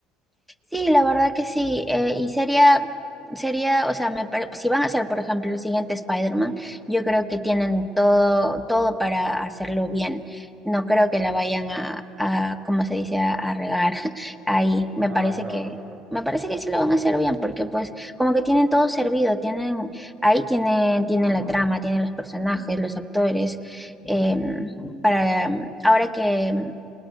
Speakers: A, in the centre; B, on the right (about 45°).
A: Sí, la verdad que sí. eh, y sería, sería, o sea, me pare- si van a hacer, por ejemplo, el siguiente Spider-Man, yo creo que tienen todo, todo para hacerlo bien. No creo que la vayan a, a ¿cómo se dice?, a, a regar <laughs> ahí. Me
B: Ah,
A: parece
B: claro,
A: que,
B: claro.
A: me parece que sí lo van a hacer bien, porque pues como que tienen todo servido, tienen, ahí tienen, tienen la trama, tienen los personajes, los actores. em, para, em, ahora que